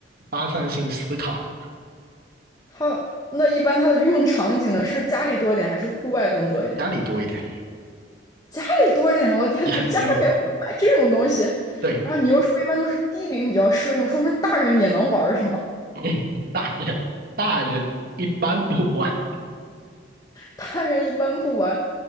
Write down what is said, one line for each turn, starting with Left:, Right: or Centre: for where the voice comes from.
Right: 发散性思考，
Left: 它那一般它的运用场景呢，是家里多一点还是户外更多一点？
Right: 家里多一点，
Left: 家里多一点，我的天呐，
Right: 家里多一点。
Left: 家里面会买这种东西。
Right: 对，
Left: 然后你又说一般都是低龄比较适用，说明大人也能玩儿是吗？
Right: <laughs> <clears throat> 大人大人一般不玩，
Left: 大人一般不玩。